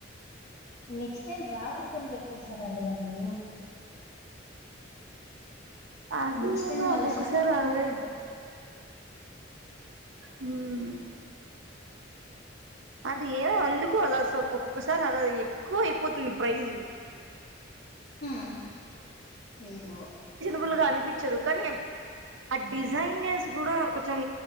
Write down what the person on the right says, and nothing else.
అది
ఏమో
ఒక్కొక్కసారి
ఆల్రె
హ అది ఏదో అందుకు అలా స ఒక్కొక్కసారి అలా ఎక్కువ అయిపోతుంది ప్రైజ్
ఫుల్ గా అనిపించాడు కానీ ఆ డిజైైనర్స్ కూడా కొంచెం